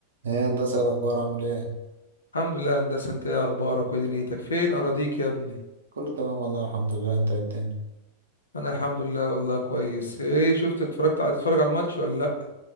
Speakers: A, on the right; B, on the left.
A: ايه هندسة إيه الأخبار عامل ايه؟
B: الحمد لله يا هندسة انت ايه اخبارك وايه دنيتك فين اراضيك يا ابني
A: كله تمام والله الحمد لله انت إيه الدنيا
B: انا الحمد لله والله كويس ايه شفت اتفرجت هتتفرج على الماتش ولا لا